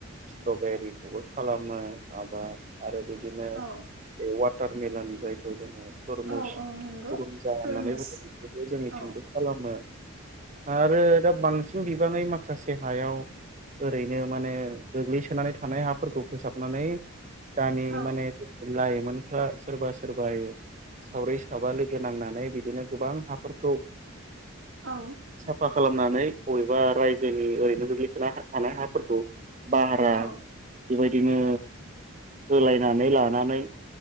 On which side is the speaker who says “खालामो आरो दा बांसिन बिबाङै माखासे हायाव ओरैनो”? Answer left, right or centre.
Right